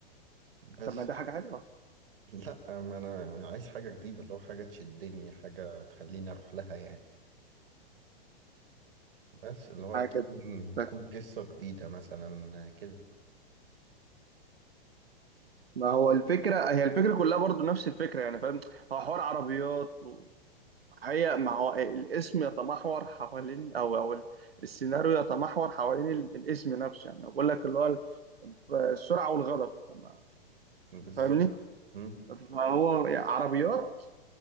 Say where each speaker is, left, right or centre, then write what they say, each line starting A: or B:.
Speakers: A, on the right; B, on the right.
A: بس
B: طب ما ده حاجة حلوة
A: لا ما انا أنا عايز حاجه جديده اللي هو حاجه تشدني حاجه تخليني اروح لها يعني بس اللي هو
B: حاجة
A: تكون
B: كده طيب،
A: تكون قصه جديده مثلا كده
B: ما هو الفكرة هي الفكرة كلها برضو نفس الفكرة يعني فاهم هو حوار عربيات و... هي ما هو الاسم يتمحور حوالين او او ال- السيناريو يتمحور حوالين ال- الاسم نفسه يعني بقول لك اللي هو ال- السرعه والغضب فما-
A: بالظبط
B: فاهمني
A: مم.
B: فهو يعني عربيات